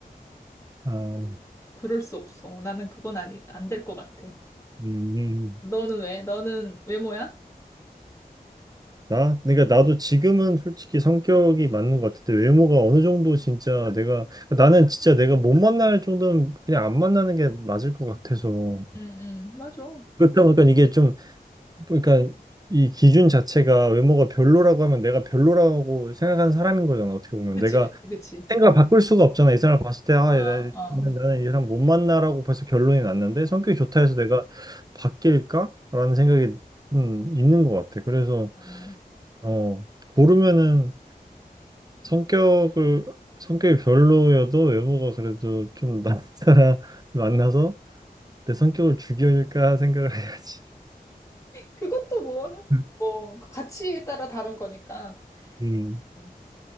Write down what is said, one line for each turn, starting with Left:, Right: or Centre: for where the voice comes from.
Right: 아,
Left: 그럴 수 없어. 나는 그건 아니, 안 될 것 같아.
Right: 음,
Left: 너는 왜? 너는 외모야?
Right: 나? 그러니까 나도 지금은 솔직히 성격이 맞는 것 같은데 외모가 어느 정도 진짜 내가 나는 진짜 내가 못 만날 정도면 그냥 안 만나는 게 맞을 것 같아서
Left: 응, 응, 맞아.
Right: 그렇다 보니까 이게 좀 그러니까 이 기준 자체가 외모가 별로라고 하면 내가 별로라고 생각하는 사람인 거잖아 어떻게 보면
Left: 그치,
Right: 내가
Left: 그치, 그치.
Right: 생각을 바꿀 수가 없잖아. 이 사람 봤을 때, 아,
Left: 어,
Right: 나- 나는,
Left: 어.
Right: 나는 이 사람 못 만나라고 벌써 결론이 났는데, 성격이 좋다 해서 내가 바뀔까? 라는 생각이 음, 있는 것 같아. 그래서,
Left: 음.
Right: 어, 고르면은 성격을, 성격이 별로여도 외모가 그래도 좀 <laughs> 나은 사람을 만나서 내 성격을 죽일까 생각을 해야지.
Left: 그것도 뭐, 형-
Right: <laughs>
Left: 뭐, 그 가치에 따라 다른 거니까.
Right: 음,
Left: 음,